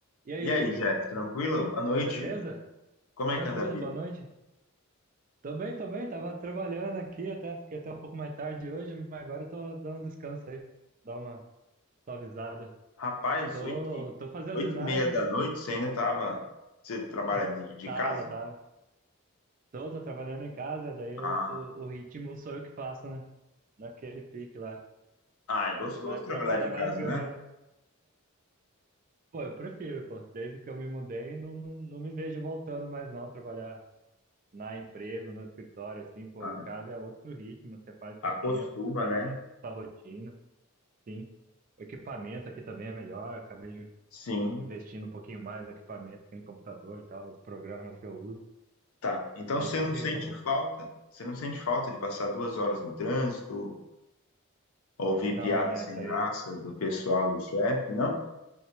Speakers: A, on the right; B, on the left.
A: E aí,
B: E
A: Lucas?
B: aí, Jeff, tranquilo? Boa noite.
A: Beleza?
B: Como
A: Tranquilo?
B: é que anda a vida?
A: Boa noite? Tô bem, tô bem. Tava trabalhando aqui até, fiquei até um pouco mais tarde hoje, mas agora eu tô dando um descanso aí, dar uma suavizada.
B: Rapaz,
A: Tô,
B: oito e,
A: tô fazendo
B: oito
A: design,
B: e meia da noite, você ainda tava... Você trabalha
A: né?
B: de,
A: <laughs>
B: de
A: Tava,
B: casa?
A: tava. Tô, tô trabalhando em casa, daí eu-
B: Ah,
A: o, o ritmo sou eu que faço, né? Naquele pique lá.
B: ah, é gostoso
A: Quanto mais
B: trabalhar
A: trabalha,
B: de casa,
A: mais ganha,
B: né?
A: né? Pô, eu prefiro, pô. Desde que eu me mudei, não, não, não me vejo voltando mais não, trabalhar na empresa, no escritório, assim, pô,
B: Ah,
A: em
B: né?
A: casa é outro ritmo, você faz seu
B: acostuma,
A: tempo, você faz
B: né?
A: sua, sua rotina, sim. O equipamento aqui também é melhor, acabei
B: Sim,
A: investindo um pouquinho mais no equipamento aqui no computador e tal, nos programas que eu uso.
B: tá. Então
A: Aí
B: você
A: compensa,
B: não sente
A: pô.
B: falta? Você não sente falta de passar duas horas no trânsito, ouvir
A: Não,
B: piada
A: né
B: sem
A: isso
B: graça
A: aí, isso
B: do pessoal e do chefe, não?